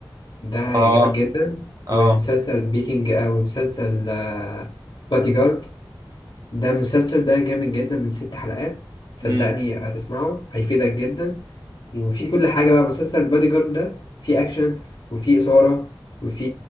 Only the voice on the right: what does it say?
اه
اه
امم